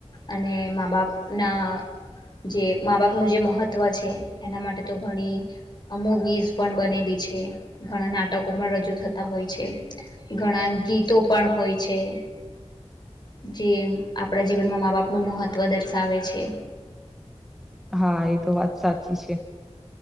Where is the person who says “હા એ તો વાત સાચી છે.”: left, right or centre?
Centre